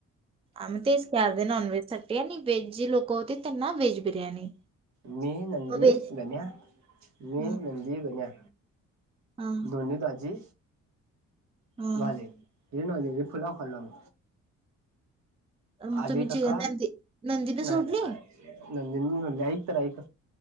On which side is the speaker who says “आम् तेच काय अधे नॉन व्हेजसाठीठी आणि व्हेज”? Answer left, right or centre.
Right